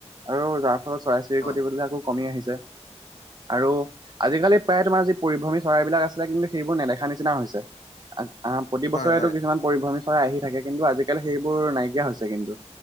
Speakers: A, on the right; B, on the left.
A: আৰু যাৰ ফলত চৰাই-চিৰিকটি
B: অ
A: বিলাকো কমি আহিছে। আৰু আজিকালি প্ৰায় তোমাৰ যি পৰিভ্ৰমী চৰাইবিলাক আছিলে, কিন্তু সেইবোৰ নেদেখা নিচিনা হৈছে। প্ৰতি
B: হয়
A: বছৰেতো
B: হয়
A: কিছুমান পৰিভ্ৰমী চৰাই আহি থাকে, কিন্তু আজিকালি সেইবোৰ নাইকিয়া হৈছে কিন্তু।